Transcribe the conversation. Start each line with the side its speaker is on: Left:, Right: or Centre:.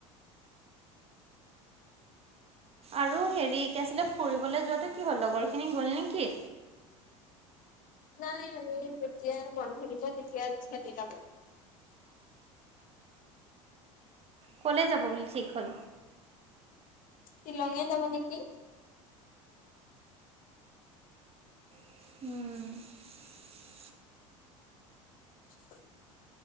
Right: আৰু হেৰি কি আছিলে ফুৰিবলৈ যোৱাটো কি হ'ল লগৰখিনি গ'ল নেকি?
Left: নাই আমি যেতিয়া বন্ধ থাকিব তেতিয়া সিহঁতি যাব।
Right: ক'লৈ যাব বুলি ঠিক হ'ল?
Left: শ্বিলঙে যাব নেকি।
Right: <unintelligible>
Left: <inaudible>